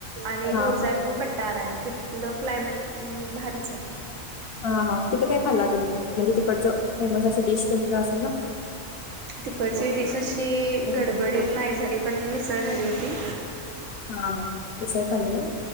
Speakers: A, on the right; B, on the left.
A: आणि
B: हा
A: मोरचान
B: हा
A: पट्टारा हाय तिथलं क्लायमेट म्हणजे अ भारीच हाय.
B: हा हा तिथं काय खाल्ला तुम्ही म्हणजे तिकडच फेमस अस डिश कोणती तरी असेल ना.
A: तिकडची डिश अशी गडबडीत नाही झाली पण मिसळ झाली होती.
B: हा हा मिसळ खाल्लेल काय.